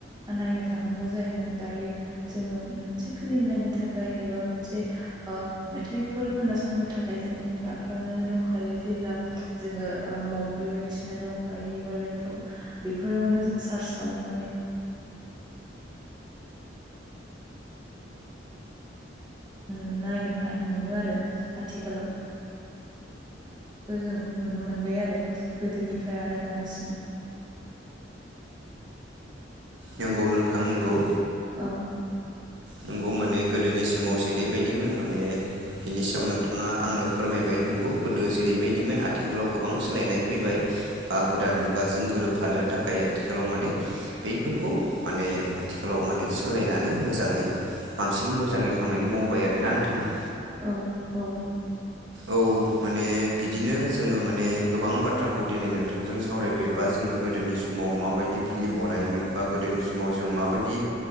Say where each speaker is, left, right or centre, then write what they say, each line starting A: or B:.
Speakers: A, on the right; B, on the right.
A: नायनो थांनांगौ जायोमोन दायो जोङो मोनसे फिलिम नायनो थाखाय एबा मोनसे मेथाइफोर खोनासंनो थाखाय जोंनि आखायावनो दंखायो जेब्ला जोङो मबाइल बायदिसिना दंखायो बा लेपटप बेफोरावनो जों सार्च खालाम <inaudible> नायनो मोनो आरो आथिखालाव। जों नुनो मोनबाय आरो गोदोनिफ्राय आरो दानिसिम
B: नंगौ नोंथां नंगौ।
A: औ।
B: नंगौ माने गोदोनि समाव जेरैबायदिमोन माने बिनि सायाव नोंथाङा आंनो फोरमाय बाय नंगौ गोदो जेरैबायदिमोन आथिखालाव गोबां सोलायनाय फैबाय। बा गोदान मुगाजों गोरोबफानो थाखाय आथिखालाव माने बैफोरखौ माने आथिखालाव माने सोलायनानै मोजाङै। बांसिन मोजाङै खामानि मावबाय आरोना नोंथां।
A: औ औ।
B: औ माने। बिदिनो जोङो माने गोबां बाथ्राखौ दिनै नोंथांजों सावरायबायबा जोङो गोदोनि समाव माबाय फिलिम बनायोमोन गोदोनि समाव जों माबायदि